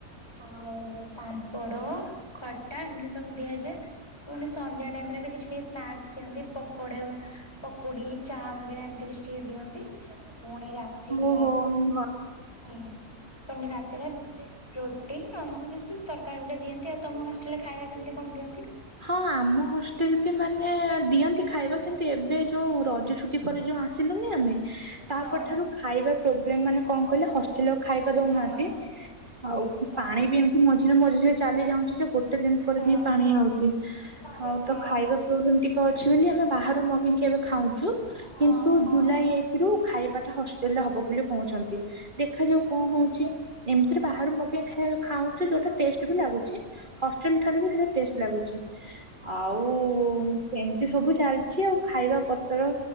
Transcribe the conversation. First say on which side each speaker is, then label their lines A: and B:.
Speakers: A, on the left; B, on the right.
A: ଆଉ ପାମ୍ପଡ଼ ଖଟ, ଏମିତି ସବୁ ଦିଆଯାଏ। ପୁଣି ସନ୍ଧ୍ୟା ଟାଇମ ରେ ବି କିଛି ଟିକ ସ୍ନାକ୍ସ ଦିଅନ୍ତି ପକୋଡ ପକୁଡି ଚା ବଗେରା ଏମିତି କିଛି ଟିକେ ଦିଅନ୍ତି। ପୁଣି ରାତିରେ
B: ଓହୋ ଭଲ।
A: ଓ ତ ରାତିରେ ରୁଟି ଆଉ ମାନେ ବେଶ ତରକାରୀ ଗୁଟେ ଦିଅନ୍ତି। ଆଉ ତମ ହଷ୍ଟେଲରେ ଖାଇବା କେମିତି କଣ ଦିଅନ୍ତି?
B: ହଁ ଆମ ହୋଷ୍ଟେଲ ବି ମାନେ ଦିଅନ୍ତି ଖାଇବା କିନ୍ତୁ ଏ ଏବେ ଯୋଉ ରଜ ଛୁଟି ପରେ ଯୋଉ ଆସିଲୁନି ଆମେ, ତାପରଠାରୁ
A: ହଁ
B: ଖାଇବା ପ୍ରୋବ୍ଲେମ୍ ମାନେ କଣ କହିଲ? ହ ହଷ୍ଟେଲରେ ଖାଇବା ଦଉନାହାନ୍ତି।
A: ହଁ
B: ଆଉ
A: ହଁ
B: ପାଣି ବି ଏମତି ମଝିରେ ମଝିରେ ଚାଲି ଯାଉ ଉଚି। ଗୋଟେ ଦିନ ପରେ
A: ହଁ।
B: ଯାଇ ପାଣି ଆଉଚି।
A: ହଁ
B: ତ ଖାଇବା ପ୍ଲେବେମ୍ ଟିକେ ଅଛି ବୋଲି ବାହରୁ ମଗେଇକି ଏବେ ଖାଉଛୁ।
A: ହଁ
B: କିନ୍ତୁ
A: ହଁ
B: ଜୁଲାଇ ଏକ ରୁ ଖାଇବାଟା ହଷ୍ଟେଲ ରେ ହବ ବୋଲି କହୁଛନ୍ତି। ଦେଖା ଯାଉ କଣ ହଉଛି ଏମିତିରେ ବାହାରୁ ମଗେଇକି ଖାଉଛୁ ଯୋଉଟା ଟେଷ୍ଟ ବି ଲାଗୁଛି। ହଷ୍ଟେଲ ଠାରୁ ବି ସେଟା ଟେଷ୍ଟ ଲାଗୁଛି। ଆଉ ଏମିତି ସବୁ ଚାଲିଛି ଆଉ। ଖାଇବା ପତର